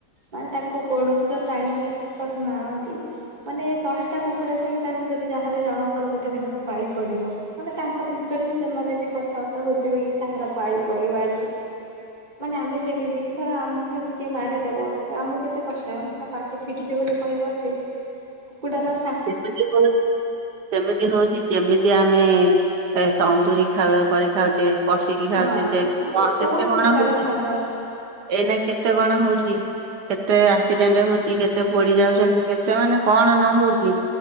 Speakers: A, on the right; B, on the right.
A: ମାନେ ତାକୁ କୋଳକୁ ତ ଟାଣିକି ପ୍ରଥମେ ଆଣନ୍ତି। ମାନେ ଶହେଟା କୁକୁଡ଼ା ଥିବ ତା ଭିତରୁ ଯାହେଲେ ଜଣଙ୍କର ଗୋଟେ ଦିନଟା ପାଳି ପଡ଼ିବ। ମାନେ ତାଙ୍କ ଭିତରେ ବି ସେମାନେ ବି କଥାବାର୍ତ୍ତା ହଉଥିବେ କି କାହାର ପାଳି ପଡିବ ଆଜି। ମାନେ ଆମେ ଯେମିତି ଧର ଆମକୁ ଯେମିତି କିଏ ମାରିଦବ ତ ଆମକୁ କେତେ କଷ୍ଟ ଲାଗେ ଆମ ସିନା ପାଠ୍ ଫିଟିଚି ବୋଲି କହିପାରୁଚି। କୁକୁଡ଼ା ର
B: <inaudible> ସେମିତି ହୋଉଚି ଯେମିତି ଆମେ ତନ୍ଦୁୁରୀ ଖାଉ କରି ଖାଉଚେ। କଶିକି
A: ହଁ
B: ଖାଉଚେ ସେମତି
A: ମାନେ
B: କଣ କେତେ
A: ବହୁତ
B: କଣ
A: ପ୍ରକାର
B: ହୋଉଚି?
A: ସ୍ଵାଦ
B: ଏଇନା କେତେ କଣ ହୋଉଚି? କେତେ ଆକ୍ସିଡେଣ୍ଟ ହୋଉଚି, କେତେ ପୋଡି ଯାଉଚନ୍ତି, କେତେ ମାନେ କଣ ନହୋଉଚି?